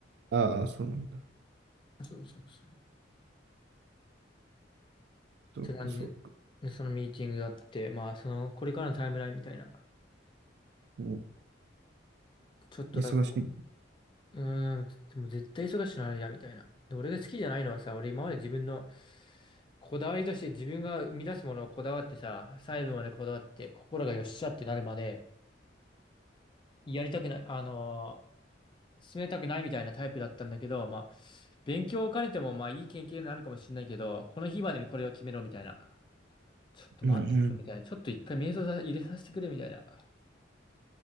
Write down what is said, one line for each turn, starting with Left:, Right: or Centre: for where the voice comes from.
Right: ああ、そうなんだ。
Left: そうそうそう。
Right: そっかそっか。
Left: て感じで、そのミーティングがあって、まあ、その、これからのタイムラインみたいな。
Right: うん
Left: ちょっとだから、
Right: 忙しい。
Left: うーん、でも絶対忙しくなるや、みたいな。で、俺が好きじゃないのはさ、俺今まで自分のこだわりとして自分が生み出すものをこだわってさ、細部までこだわって、心がよっしゃってなるまで、やりたくない、あのー進めたくないみたいなタイプだったんだけど、まあ、勉強を兼ねても、まあ、いい経験になるかもしれないけど、この日までにこれを決めろ、みたいな。ちょっと待って、
Right: うんうん。
Left: みたいな。ちょっと一回瞑想さ入れさせてくれ、みたいな。